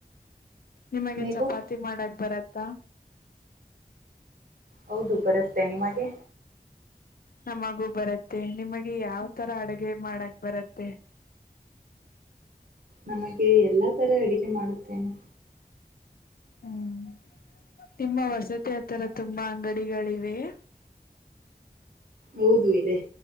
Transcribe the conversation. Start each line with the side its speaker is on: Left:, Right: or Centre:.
Left: ನಿಮಗೆ
Right: ನೀವು
Left: ಚಪಾತಿ ಮಾಡಕ್ ಬರುತಾ
Right: ಹೌದು ಬರುತ್ತೆ ನಿಮಗೆ
Left: ನಮಗೂ ಬರತ್ತೆ ನಿಮಗೆ ಯಾವ್ ತರ ಅಡಗೆ ಮಾಡಕ್ ಬರತ್ತೆ. <inaudible>
Right: ನಮಗೆ ಎಲ್ಲಾ ತರ ಅಡಿಗೆ ಮಾಡುತ್ತೇನೆ.
Left: ಹ್ಮ್ ನಿಮ್ಮ ವಸತಿ ಹತ್ತರ ತುಂಬಾ ಅಂಗಡಿಗಳಿವೆಯೆ.
Right: ಹೌದು ಇದೆ